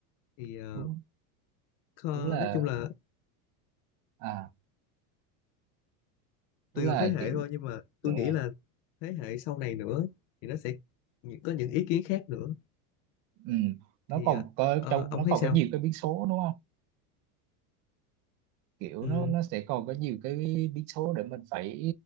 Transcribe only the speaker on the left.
thì ờ,
kho-
nói chung là
tùy
vào thế hệ
thôi nhưng mà tôi
nghĩ
là thế hệ sau này nữa thì nó sẽ nhị- có những ý kiến khác nữa
thì
ờ,
ờ,
ông
thấy
sao
ừ,